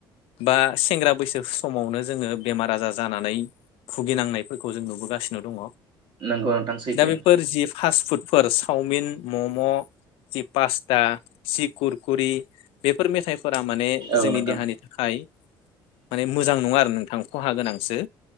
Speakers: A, on the left; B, on the right.
A: बा सेंग्रा बैसो समावनो जोङो बेमार आजार जानानै भुगिनांनायफोरखौ जों नुबोगासिनो दङ
B: नोंगौ नोंथां सैथो
A: दा बेफोर जि फास्ट फुडफोर चावमिन मम' जि पास्ता जि खुरकुरि बेफोर मेथाइफोरा माने
B: औ
A: जोंनि
B: नोंथां
A: देहानि थाखाय माने मोजां नङा आरो नोंथां खहा गोनांसो